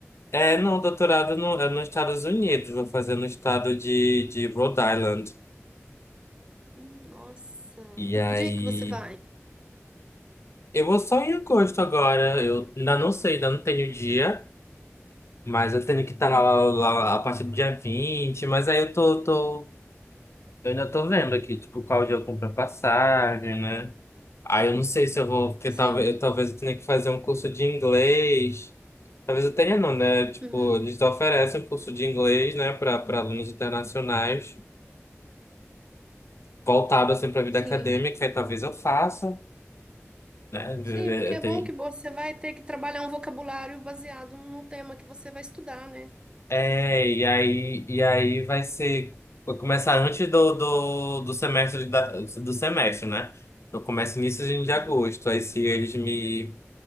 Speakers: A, on the left; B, on the right.
A: é não, doutorado no, é nos Estados Unidos, vou fazer no estado de, de Rhode Island.
B: Hum, nossa.
A: E
B: E
A: aí,
B: que dia que você vai?
A: eu vou só em agosto agora, eu ainda não sei, ainda não tenho dia, mas eu tenho que estar
B: Uhum.
A: lá, lá a partir do dia vinte mas aí eu tô, tô, eu ainda tô vendo aqui, tipo, qual dia eu compro a passagem, né? Aí eu não sei se eu vou, porque
B: Sim.
A: talvez eu, talvez eu tenha que fazer um curso de inglês. Talvez eu tenha não, né? Tipo,
B: Uhum.
A: eles oferecem um curso de inglês, né, para para alunos internacionais, voltado assim para a vida
B: Sim.
A: acadêmica, aí talvez eu faça, né? Ver-
B: Sim,
A: ver-
B: porque
A: Eu
B: é
A: tenho...
B: bom que você vai ter que trabalhar um vocabulário baseado no tema que você vai estudar, né?
A: É, e aí e aí vai ser vou começar antes do, do, do semestre da- do semestre, né? Eu começo início de agosto.
B: Uhum.
A: Aí se eles me